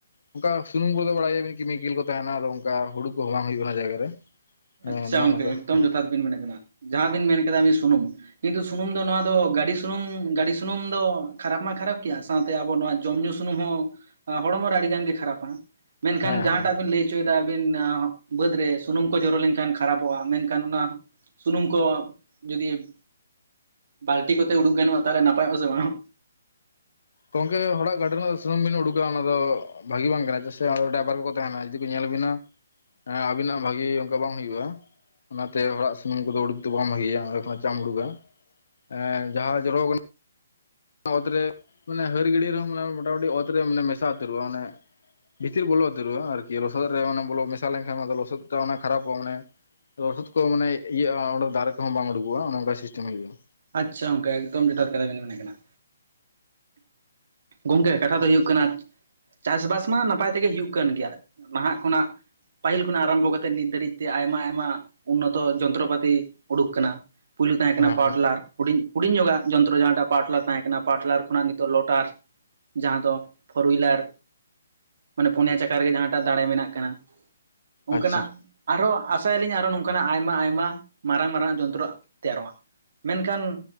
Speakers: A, on the left; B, on the right.
A: ᱚᱱᱠᱟ ᱥᱩᱱᱩᱢ ᱠᱚᱫᱚ ᱵᱟᱲᱟᱭᱟᱵᱤᱱ ᱠᱤᱢᱮᱠᱮᱞ ᱠᱚ ᱛᱟᱦᱮᱱᱟ ᱟᱨᱦᱚᱸ ᱦᱩᱲᱩ ᱠᱚ ᱵᱟᱝ ᱦᱩᱭᱩᱜ-ᱟ ᱚᱱᱟ ᱡᱟᱭᱜᱟ ᱨᱮ ᱦᱮᱸ
B: ᱟᱪᱪᱷᱟ
A: ᱱᱚᱜᱼᱚ
B: ᱜᱚᱝᱠᱮ
A: ᱱᱚᱝᱠᱟ
B: ᱮᱠᱫᱚᱢ
A: ᱦᱮᱸ
B: ᱡᱚᱛᱷᱟᱛ ᱵᱤᱱ ᱢᱮᱱ ᱟᱠᱟᱫᱟ ᱡᱟᱦᱟᱸ ᱵᱤᱱ ᱢᱮᱱ ᱟᱠᱟᱫᱟ ᱥᱩᱱᱩᱢ ᱠᱤᱱᱛᱩ ᱥᱩᱱᱩᱢ ᱫᱚ ᱱᱚᱣᱟ ᱫᱚ ᱜᱟᱹᱰᱤ ᱥᱩᱱᱩᱢ ᱜᱟᱹᱰᱤ ᱥᱩᱱᱩᱢ ᱫᱚ ᱠᱷᱟᱨᱟᱯ ᱢᱟ ᱠᱷᱟᱨᱟᱯ ᱜᱮᱭᱟ ᱥᱟᱶᱛᱮ ᱟᱵᱚ ᱱᱚᱣᱟ ᱡᱚᱢᱼᱧᱩ ᱥᱩᱱᱩᱢ ᱦᱚᱸ ᱦᱚᱲᱢᱚ ᱨᱮ ᱟᱹᱰᱤ ᱜᱟᱱ ᱜᱮ ᱠᱷᱟᱨᱟᱯᱟ ᱾ ᱢᱮᱱᱠᱷᱟᱱ
A: ᱦᱮᱸ
B: ᱡᱟᱦᱟᱸ
A: ᱦᱮᱸ
B: ᱴᱟᱜ ᱵᱤᱱ ᱞᱟᱹᱭ ᱚᱪᱚᱭᱫᱟ ᱟᱹᱵᱤᱱ ᱵᱟᱹᱫ ᱨᱮ ᱥᱩᱱᱩᱢ ᱠᱚ ᱡᱚᱨᱚ ᱞᱮᱱ ᱠᱷᱟᱼ ᱴᱮᱱ, ᱠᱷᱟᱨᱟᱯᱚᱜᱼᱟ ᱢᱮᱱᱠᱷᱟᱱ ᱚᱱᱟ ᱥᱩᱱᱩᱢ ᱠᱚ ᱡᱩᱫᱤ ᱵᱟᱞᱴᱤ ᱠᱚᱛᱮ ᱩᱰᱩᱠ ᱜᱟᱱᱚᱜᱼᱟ ᱛᱟᱦᱞᱮ ᱱᱟᱯᱟᱭᱚᱜᱼᱟ ᱥᱮ ᱵᱟᱝ
A: ᱜᱚᱝᱠᱮ ᱦᱚᱲᱟᱜ ᱜᱟᱹᱰᱤ ᱨᱮᱱᱟᱜ ᱥᱩᱱᱩᱢ ᱵᱤᱱ ᱩᱰᱩᱠᱟ ᱚᱱᱟ ᱫᱚ ᱵᱷᱟᱜᱤ ᱵᱟᱝ ᱠᱟᱱᱟ ᱥᱮ, ᱚᱱᱟ ᱰᱟᱭᱵᱟᱨ ᱠᱚᱠᱚ ᱛᱟᱦᱮᱸᱱᱟ ᱡᱩᱫᱤ ᱠᱚ ᱧᱮᱞ ᱵᱤᱱᱟ? ᱦᱮᱸ ᱟᱵᱤᱱᱟᱜ ᱵᱷᱟᱜᱤ ᱚᱱᱠᱟ ᱵᱟᱝ ᱦᱩᱭᱩᱜᱼᱟ᱾ ᱚᱱᱟᱛᱮ ᱦᱚᱲᱟᱜ ᱥᱩᱱᱩᱢ ᱠᱚᱫᱚ ᱩᱰᱩᱠ ᱫᱚ ᱵᱟᱝ ᱵᱷᱟᱹᱜᱤᱭᱟ, ᱚᱸᱰᱮ ᱠᱷᱚᱱᱟᱜ ᱪᱟᱜ ᱮᱢ ᱩᱰᱩᱠᱟ ᱮᱸ ᱡᱟᱦᱟᱸ ᱨᱮ ᱡᱚᱨᱚ ᱠᱟᱱᱟ ᱚᱛ ᱨᱮ ᱢᱟᱱᱮ ᱦᱟᱹᱨ ᱜᱤᱲᱤ ᱨᱮᱦᱚᱸᱢ ᱢᱟᱱᱮ ᱢᱚᱴᱟᱼᱢᱩᱴᱤ ᱚᱛ ᱨᱮ ᱢᱟᱱᱮ ᱢᱮᱥᱟ ᱩᱛᱟᱹᱨᱚᱜᱼᱟ᱾ ᱢᱟᱱᱮ ᱵᱷᱤᱛᱤᱨ ᱵᱚᱞᱚ ᱩᱛᱟᱹᱨᱚᱜᱼᱟ, ᱟᱨᱠᱤ ᱞᱚᱥᱚᱫ ᱨᱮ ᱚᱱᱟ ᱵᱚᱞ ᱢᱮᱥᱟ ᱞᱮᱱᱠᱷᱟᱱ ᱞᱚᱥᱚᱫ ᱫᱚ ᱚᱱᱟ ᱠᱷᱟᱨᱟᱯᱚᱜᱼᱟ᱾ ᱢᱟᱱᱮ ᱞᱚᱥᱚᱫ ᱠᱚ ᱢᱟᱱᱮ ᱤᱭᱟᱹᱜᱼᱟ, ᱚᱸᱰᱮ ᱫᱟᱨᱮ ᱠᱚᱦᱚᱸ ᱵᱟᱝ ᱩᱰᱩᱠᱚᱜᱼᱟ, ᱚᱱᱮ ᱚᱱᱠᱟ ᱥᱤᱥᱴᱮᱢ ᱦᱩᱭᱩᱜᱼᱟ᱾
B: ᱟᱪᱪᱷᱟ ᱜᱚᱝᱠᱮ ᱮᱠᱫᱚᱢ ᱡᱚᱛᱷᱟᱛ ᱠᱟᱛᱷᱟ ᱜᱮ ᱢᱮᱱᱮᱫ ᱠᱟᱱᱟ᱾ ᱜᱚᱝᱠᱮ ᱠᱟᱛᱷᱟ ᱫᱚ ᱦᱩᱭᱩᱜ ᱠᱟᱱᱟ ᱪᱟᱥᱵᱟᱥ ᱢᱟ ᱱᱟᱯᱟᱭ ᱛᱮᱜᱮ ᱦᱩᱭᱩᱜ ᱠᱟᱱ ᱜᱮᱭᱟ, ᱱᱟᱦᱟᱜ ᱠᱷᱚᱱᱟᱜ᱾ ᱯᱟᱹᱦᱤᱞ ᱠᱷᱚᱱᱟᱜ ᱟᱨᱟᱢᱵᱷᱚ ᱠᱟᱛᱮᱫ ᱱᱤᱛ ᱫᱷᱟᱹᱨᱤᱡ ᱛᱮ ᱟᱭᱢᱟ ᱟᱭᱢᱟ ᱩᱱᱱᱚᱛᱚ ᱡᱚᱱᱛᱨᱚᱯᱟᱛᱤ ᱩᱰᱩᱠ ᱟᱠᱟᱱᱟ᱾ ᱯᱩᱭᱞᱩ ᱛᱟᱦᱮᱸ ᱠᱟᱱᱟ
A: ᱦᱮᱸ
B: ᱯᱟᱣᱟᱨ
A: ᱦᱮᱸ
B: ᱴᱤᱞᱟᱨ ᱦᱩᱰᱤᱧ, ᱦᱩᱰᱤᱧ ᱧᱚᱜᱟᱜ ᱡᱚᱱᱛᱨᱚ ᱡᱟᱦᱟᱸᱴᱟᱜ ᱯᱟᱣᱟᱨ ᱴᱤᱞᱟᱨ ᱛᱟᱦᱮᱸ ᱠᱟᱱᱟ ᱯᱟᱣᱟᱨ ᱴᱤᱞᱟᱨ ᱠᱷᱚᱱᱟᱜ ᱱᱤᱛᱚᱜ ᱞᱚᱴᱟᱨ ᱡᱟᱸ ᱫᱚ ᱯᱷᱳᱨ ᱩᱭᱞᱟᱨᱼᱼ ᱢᱟᱱᱮ ᱯᱩᱱᱭᱟ ᱪᱟᱠᱟ ᱨᱮᱜᱮ ᱡᱟᱦᱟᱸᱴᱟᱜ ᱫᱟᱲᱮ ᱢᱮᱱᱟᱜ ᱠᱟᱱᱟ ᱚᱱᱠᱟᱱᱟᱜ
A: ᱟᱪᱪᱷᱟ
B: ᱟᱨᱦᱚᱸ ᱟᱥᱟᱭᱟᱞᱤᱧ ᱟᱨᱚ ᱱᱚᱝᱠᱟᱱᱟᱜ ᱟᱭᱢᱟ ᱟᱭᱢᱟ ᱢᱟᱨᱟᱝ ᱢᱟᱨᱟᱝᱱᱟᱜ ᱡᱚᱱᱛᱨᱚ ᱛᱮᱭᱟᱨᱚᱜᱼᱟ ᱢᱮᱱᱠᱷᱟᱱ